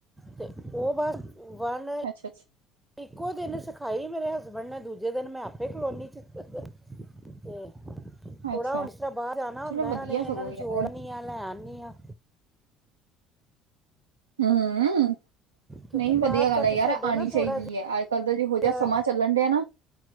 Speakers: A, in the centre; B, on the right (about 80°).
A: ਤੇ ਓ ਬਸ, ਵਨ
B: ਅੱਛਾ ਅੱਛ
A: ਇੱਕੋ ਦਿਨ ਸਖਾਈ ਮੇਰੇ ਹਸਬੈਂਡ ਨੇ ਦੂਜੇ ਦੇਨ ਮੈਂ ਆਪੇ ਕਲੋਨੀ ਚ। ਤੇ,
B: ਅੱਛਾ।
A: ਥੋੜਾ
B: ਅੱਛਾ।
A: ਹੋਣ ਇਸ ਤਰਾ ਬਾਰ ਜਾਨਾ
B: ਚਲੋ
A: ਓਂਦੈ
B: ਵਧੀਆ
A: ਇਣਾ ਨੇ
B: ਸਗੋਂ
A: ਇਨਾ ਨੂੰ
B: ਯਾਰ
A: ਛੋੜਨੀ ਆ ਲੈ ਆਨੀ ਆ।
B: ਹੂੰ,
A: ਕਿਉਂਕਿ
B: ਨਈ ਵਦੀਆ
A: ਬਾਹਰ
B: ਗਾੱਲ
A: ਤੱਕ
B: ਐ ਯਾਰ
A: ਸਾਡੇ
B: ਆਨੀ
A: ਨਾ
B: ਚਾਈਦੀ
A: ਥੋੜਾ
B: ਐ ਆ ਕੱਲ ਦਾ ਜੀ
A: ਜਿਹਾ
B: ਹੋ ਜਾਹਾ ਸਮਾਂ ਚੱਲਨ ਡੇਐ ਨਾ